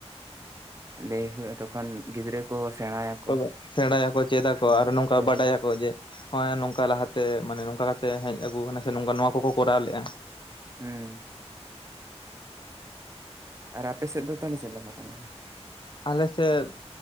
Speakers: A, on the right; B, on the left.
A: ᱞᱟᱹᱭ ᱦᱩᱭᱩᱜᱼᱟ ᱛᱚᱠᱷᱚᱱ ᱜᱤᱫᱽᱨᱟᱹ ᱠᱚ ᱥᱮᱬᱟᱭᱟᱠᱚ
B: ᱛᱚᱵᱮ ᱥᱮᱬᱟᱭᱟᱠᱚ ᱪᱮᱫᱟ ᱠᱚ
A: ᱦᱮᱸ
B: ᱟᱨ ᱦᱚᱸ ᱱᱚᱝᱠᱟ
A: ᱪᱮᱫ
B: ᱵᱟᱰᱟᱭᱟᱠᱚ
A: ᱞᱮᱠᱟ
B: ᱡᱮ ᱦᱚᱸᱜᱼᱚᱭ ᱱᱚᱝᱠᱟ ᱞᱟᱦᱟᱛᱮ ᱢᱟᱱᱮ ᱱᱚᱝᱠᱟ ᱠᱟᱛᱮ ᱦᱮᱡ ᱟᱹᱜᱩ ᱟᱠᱟᱱᱟ ᱥᱮ ᱱᱚᱝᱠᱟ ᱱᱚᱣᱟ ᱠᱚᱠᱚ ᱠᱚᱨᱟᱣ ᱞᱮᱜᱼᱟ᱾
A: ᱦᱩᱸ, ᱟᱨ ᱟᱯᱮ ᱥᱮᱫ ᱫᱚ ᱛᱟᱦᱚᱞᱮ ᱪᱮᱫ ᱞᱮᱠᱟ ᱠᱚ ᱢᱟᱱᱟᱣ?
B: ᱟᱞᱮᱥᱮᱫ